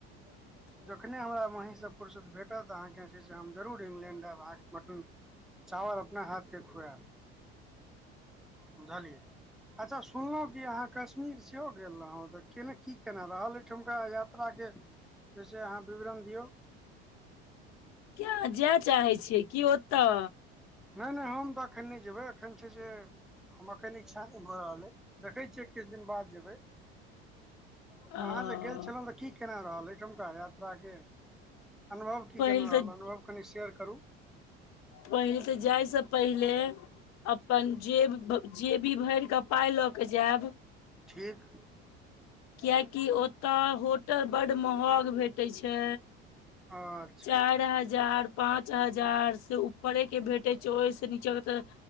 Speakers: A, on the left; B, in the centre.
A: ह
B: जखने हमरा महीसँ फुरसत भेटत अहाँकेँ छै से हम जरूर इंग्लैण्ड आयब अहाँके मटन चावल अपना हाथ के खुएब। बुझलियै? अच्छा सुनलौं कि अहाँ कश्मीर सेहो गेल रहौं, तऽ केना की केना रहल ओई ठमका यात्रा के? से से अहाँ विवरण दियौ।
A: किया अहॉं जाय चाहे छियै की ओतऽ?
B: नैय नैय हम तऽ एखन नहि जेबै एखन छै से हमर खैन इच्छा नैय भऽ रहल अइ, देखै छियै किछु दिन बाद जेबै।
A: अ
B: अहाँ जे गेल छलौं तऽ की केना रहल ओईठमका यात्राके? अनुभव की
A: पहिल
B: केना
A: तऽ
B: रहल? अनुभव कनि शेयर करू।
A: पहिल तऽ जाइसँ पहिले अपन जेब जेबी भरि कऽ पाइ लऽ कऽ जायब।
B: ठीक।
A: कियेकि ओत होटल बड महग भेटे छै।
B: और
A: चाइर हजार, पाँच हजार से ऊपरे के भेटे छै ओइस निचाँ के ते